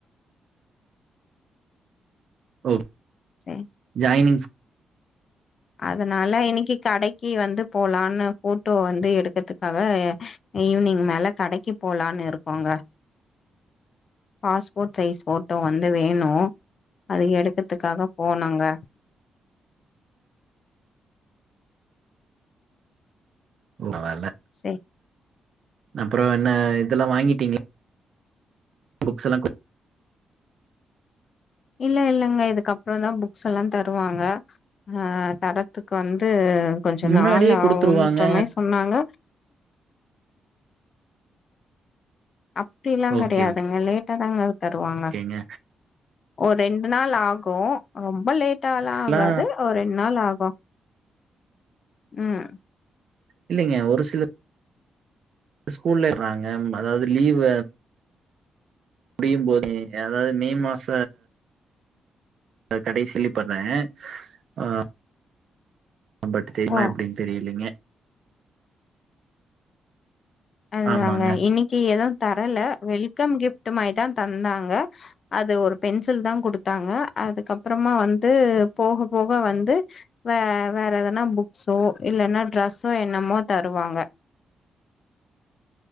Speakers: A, on the right; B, on the left.
A: ஓ
B: சரி
A: ஜாய்னிங்
B: அதனால இன்னிக்கி கடைக்கி வந்து போலான்னு ஃபோட்டோ வந்து எடுக்கத்துக்காக ஈவினிங் மேல கடைக்கி போலான்னு இருக்கோங்க. பாஸ்போர்ட் சைஸ் ஃபோட்டோ வந்து வேணு. அது எடுக்க த்துக்காக போனோங்க.
A: உன்னால
B: சே
A: அப்றோ என்ன இதெல்லா வாங்கிட்டிங் புக்ஸ்செலா கு
B: இல்ல இல்லங்க இதுக்கப்றொந்தா புக்ஸ்ஸெல்லா தருவாங்க ஆஹ் தரத்துக் வந் து கொஞ்சொ
A: முன்னாடியே
B: நாள் ஆகுன்ற
A: குடுத்துருவாங்க
B: மாரி சொன்னாங்க அப்டில்லா
A: ஓகே
B: கெடையாதுங்க லேட் டாதாங்க தருவாங்க
A: ஓகேங்க
B: ஒரெண்டு நாள் ஆகு ரொம்ப லேட் டாலா
A: எல்லா
B: ஆகாது ஒரெண்ட் நாள் ஆகு உம்
A: இல்லைங்க ஒரு சில ஸ்கூல்லட்றாங்க அதாவது லீவு முடியும் போதே அதாது மே மாச அ கடைசில பண்ணே ஆஹ் பட் தேங்ளா
B: ஓ
A: எப்டின் தெரிய்லிங்க
B: அதாங்க
A: ஆமாங்க
B: இன்னிக்கி எதுவ் த ரல வெல்கம் கிஃப்டு மாய்தா தந்தாங்க அது ஒரு பென்சில் தா குடுத்தாங்க அதுக்கப்றமா வந்து போக போக வந்து வ வேற எதனா புக்ஸோ இல்லன்னா ட்ரெஸ்ஸோ என்னமோ தருவாங்க